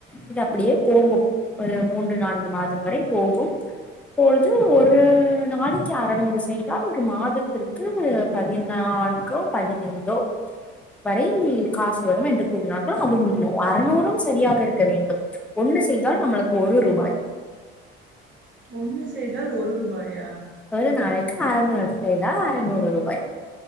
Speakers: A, in the centre; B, on the right.
A: இது அப்படியே போகும் ஒரு மூன்று நான்கு மாதம் வரை போகும் இப்பொழுது ஒரு நாளைக்கு அறநூறு செய்தால் ஒரு மாதத்திற்கு பதினா நான்கோ பதினைந்தோ வரை காசு வரும் என்று கூறினார்கள் அதுவும் அறநூறும் சரியாக இருக்க வேண்டும் ஒன் ஒண்ணு செய்தால் நம்மளுக்கு ஒரு ரூபாய்
B: ஒண்ணு செய்தால் ஒரு ரூபாயா
A: ஒரு நாளைக்கு அறநூறு செய்தா அறநூறு ரூபாய்